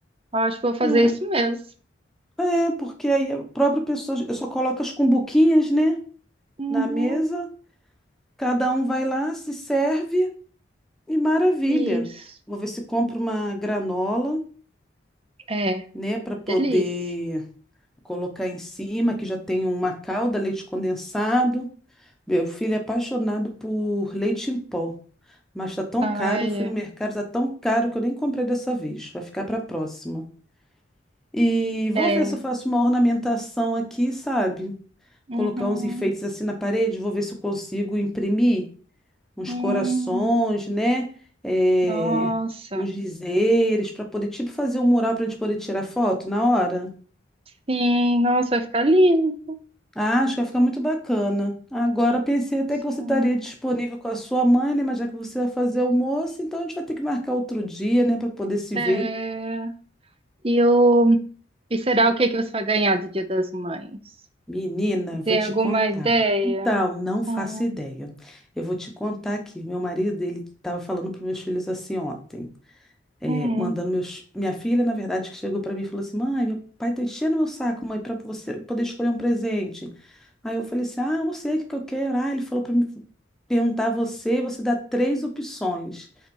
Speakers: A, on the right; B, in the centre.
A: Eu acho que vou fazer
B: é,
A: isso mesmo.
B: é, porque aí a própria pessoa, eu só coloco as cumbuquinhas, né?
A: Uhum.
B: Na mesa. Cada um vai lá, se serve e maravilha.
A: Isso.
B: Vou ver se compro uma granola,
A: É,
B: né, para
A: uma
B: poder
A: delícia.
B: colocar em cima, que já tem uma calda, leite condensado. Meu filho é apaixonado por leite em pó, mas tá tão
A: Ai,
B: caro, fui
A: é.
B: no mercado, tá tão caro que eu nem comprei dessa vez. Vai ficar para a próxima. E vou
A: É.
B: ver se eu faço uma ornamentação aqui, sabe?
A: Uhum.
B: Colocar uns enfeites assim na parede, vou ver se eu consigo imprimir. uns
A: Hum,
B: corações, né? É,
A: nossa.
B: uns dizeres, para poder, tipo, fazer um mural para a gente poder tirar foto na hora.
A: Sim, nossa, vai ficar lindo.
B: Ah, acho que vai ficar muito bacana. Agora pensei até
A: Sim.
B: que você estaria disponível com a sua mãe, né? Mas já que você vai fazer almoço, então a gente vai ter que marcar outro dia, né, para poder se
A: É.
B: ver.
A: E, o... e será o que que você vai ganhar do Dia das Mães?
B: Menina, vou
A: Tem
B: te
A: alguma
B: contar.
A: ideia?
B: Então, não faço
A: Hum.
B: ideia. Eu vou te contar aqui. Meu marido, ele estava falando para meus filhos assim ontem. é,
A: Hum.
B: mandando meus. Minha filha, na verdade, que chegou para mim e falou assim: mãe, meu pai tá enchendo meu saco, mãe, para você poder escolher um presente. Aí eu falei assim: ah, eu não sei o que que eu quero. Ah, ele falou para mim perguntar a você, e você dá três opções.